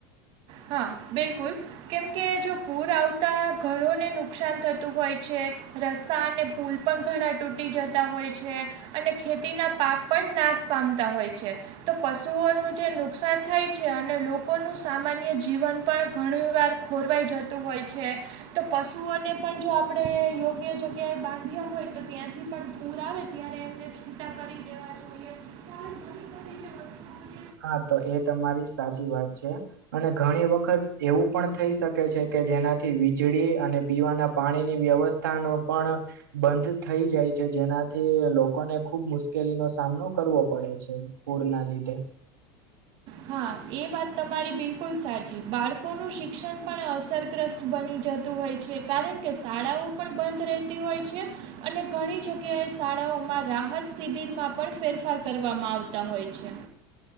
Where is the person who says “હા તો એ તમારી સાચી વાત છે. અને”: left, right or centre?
Right